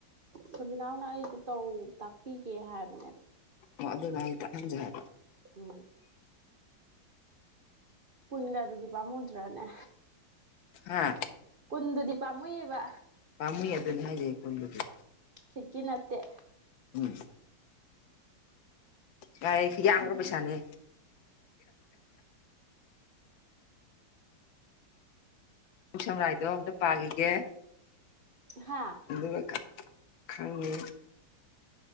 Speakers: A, on the right; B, on the left.
A: ꯁꯕꯤꯅꯥꯎꯅ ꯑꯩ ꯇꯧ ꯇꯥꯛꯄꯤꯒꯦ ꯍꯥꯏꯕꯅꯦꯕ
B: ꯑꯣ ꯑꯗꯨꯅꯦ ꯇꯥꯛꯍꯟꯖꯦ ꯍꯥꯏꯕ
A: ꯎꯝ ꯀꯨꯟꯒꯗꯨꯗꯤ ꯄꯥꯃꯨꯗ꯭ꯔꯅꯦ
B: ꯍꯥꯥ
A: ꯀꯨꯟꯗꯨꯗꯤ ꯄꯥꯝꯃꯨꯏꯌꯦꯕ
B: ꯄꯥꯝꯃꯨꯏ ꯑꯗꯨꯨꯅꯦ ꯍꯥꯏꯁꯦ ꯀꯨꯟꯗꯨꯗꯤ
A: ꯈꯤꯠꯀꯤ ꯅꯠꯇꯦ
B: ꯎꯝ ꯌꯥ ꯌꯥꯝꯒꯔꯕ ꯄꯩꯁꯥꯅꯦ ꯎꯝ ꯁꯝꯔꯥꯏꯗꯣ ꯑꯝꯇ ꯄꯥꯈꯤꯒꯦ
A: ꯍꯥꯥ
B: ꯑꯗꯨꯒ ꯈꯪꯉꯤ